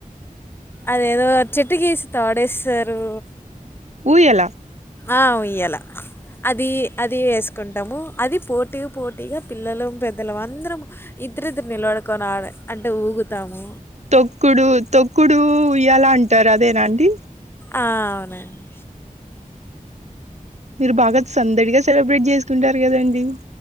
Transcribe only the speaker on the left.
అదేద చ చెట్టికేసి తాడేస్తారు
ఆ ఉయ్యల అది అది వేసుకుంటాము అది పోటీ పోటీగా పిల్లలు పెద్దలు అందరం ఇద్దరిద్దరు నిలవడుకొని ఆడ అంటే ఊగుతామ్
ఆ అవునండి